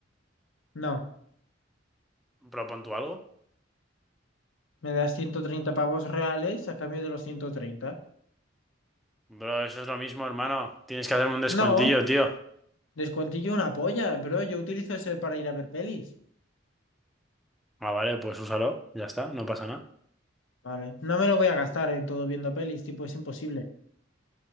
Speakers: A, on the left; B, in the centre.
A: No,
B: ¿Propon tú algo?
A: me das 130 pavos reales a cambio de los 130.
B: Bro, eso es lo mismo, hermano. Tienes que hacerme un descuentillo,
A: No,
B: tío.
A: descuentillo una polla, bro. Yo utilizo ese para ir a ver pelis.
B: Ah, vale, pues úsalo. Ya está, no pasa nada.
A: Vale, no me lo voy a gastar en todo viendo pelis, tipo, es imposible.